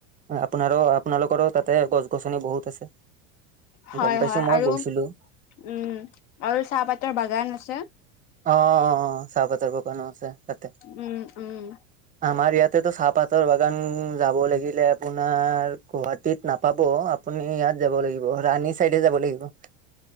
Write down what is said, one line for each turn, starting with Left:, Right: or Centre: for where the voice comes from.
Right: আপোনাৰো আপোনালোকৰো তাতে গছ গছনি বহুত আছে।
Left: হয়
Right: গম পাইছোঁ
Left: হয়
Right: মই
Left: আৰু
Right: গৈছিলোঁ।
Left: উম! আৰু চাহপাতৰ বাগান আছে।
Right: অঁ-অঁ! চাহপাতৰ বাগানো আছে তাতে।
Left: উম-উম।
Right: আমাৰ ইয়াতেতো চাহপাতৰ বাগান যাব লাগিলে আপোনাৰ গুৱাহাটীত নাপাব আপুনি ইয়াত যাব লাগিব ৰাণী চাইডে যাব লাগিব।